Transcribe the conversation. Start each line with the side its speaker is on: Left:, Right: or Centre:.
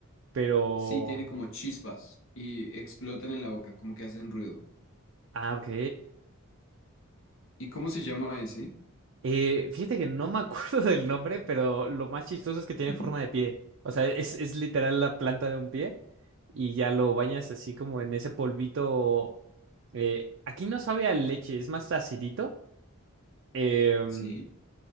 Right: pero...
Left: sí, tiene como chispas y explotan en la boca, como que hacen ruido.
Right: Ah, ok.
Left: ¿Y cómo se llama ese?
Right: Eh, fíjate que no me acuerdo <laughs> del nombre, pero lo más chistoso es que tiene
Left: <laughs>
Right: forma de pie. O sea, es, es literal la planta de un pie y ya lo bañas así como en ese polvito Eh, aquí no sabe a leche, es más acidito, em,
Left: Sí.